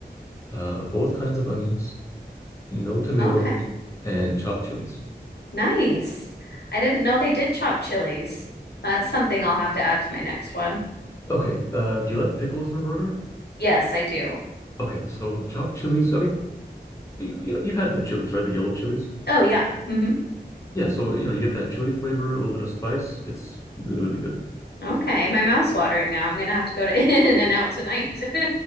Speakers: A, on the left; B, on the left.
A: uh, both kinds of onions, no tomatoes,
B: Okay.
A: and chopped chilies.
B: Nice. I didn't know they did chop chilies. That's Mm. something I'll have to add to my next one.
A: Okay, uh, do you like pickles in a burger?
B: Yes, I do.
A: Okay, so chopped chilies. I mean, you, you know, you've had the chilies, right? The yellow chilies.
B: Oh, yeah. hmm
A: Yeah, so you know, you get that chili flavor, a little bit of spice. It's really, really good.
B: Okay. My mouth's watering now. I'm gonna have to go to <laughs> In-N-Out tonight. <laughs>